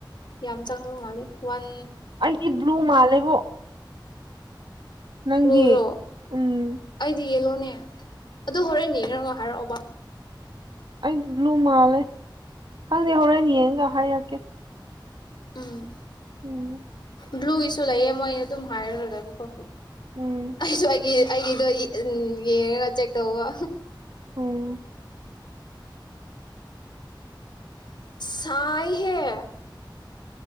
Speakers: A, on the left; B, on the right.
A: ꯌꯥꯝ ꯆꯪꯗꯕ ꯃꯥꯜꯂꯦ ꯋꯥꯟ
B: ꯑꯩꯗꯤ ꯕ꯭ꯂꯨ ꯃꯥꯜꯂꯦꯕꯣ ꯅꯪꯗꯤ
A: ꯣꯔꯣ
B: ꯎꯝ
A: ꯑꯩꯗꯤ ꯌꯦꯂꯣꯅꯦ ꯑꯗꯨ ꯍꯣꯔꯛꯅꯤ ꯅ ꯍꯥꯏꯔꯛꯑꯣꯕ
B: ꯑꯩꯗꯤ ꯕ꯭ꯂꯨ ꯃꯥꯜꯂꯦ ꯈꯪꯗꯦ ꯍꯣꯔꯦꯟ ꯌꯦꯡꯒ ꯍꯥꯏꯔꯛꯀꯦ
A: ꯎꯝ
B: ꯎꯝ
A: ꯕ꯭ꯂꯨꯒꯤꯁꯨ ꯂꯩꯌꯦ ꯃꯣꯏ ꯑꯗꯨꯝ ꯍꯥꯏꯔꯨꯔꯒꯦꯕꯀꯣ
B: ꯎꯝ
A: ꯑꯩꯁꯨ ꯑꯩꯒꯤ ꯑꯩꯒꯤꯗꯣ ꯎ ꯌꯦꯡꯉꯒ ꯆꯦꯛ ꯇꯧꯕ
B: ꯎꯝ
A: ꯁꯥꯏꯍꯦ